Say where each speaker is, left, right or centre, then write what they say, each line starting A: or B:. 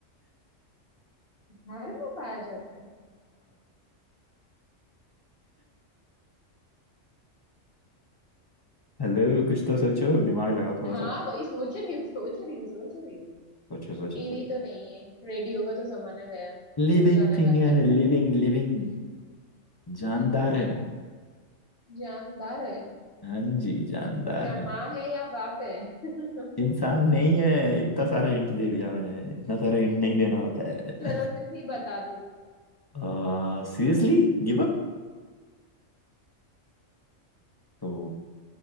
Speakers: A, on the left; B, on the left.
A: घर में पाया जाता है
B: हेलो कुछ तो सोचो दिमाग लगाओ थोड़ा
A: हाँ
B: सा
A: वही सोच रही हूँ सोच रही हूँ सोच रही हूँ
B: सोचो सोचो
A: टीवी
B: सोचो
A: तो नहीं है रेडियो का तो जमाना गया
B: लिविंग
A: वो गाना
B: थिंग
A: गाता
B: है
A: है
B: लिविंग लिविंग जानदार है
A: जानदार है
B: हाँ जी जानदार
A: तो क्या
B: है
A: माँ है या बाप है <laughs>
B: इंसान नहीं है इतना सारा हिंट दे दिया मैंने इतना सारा हिंट नहीं देना होता है
A: चलो तुम ही बता दो
B: <laughs> सीरियसली Give up तो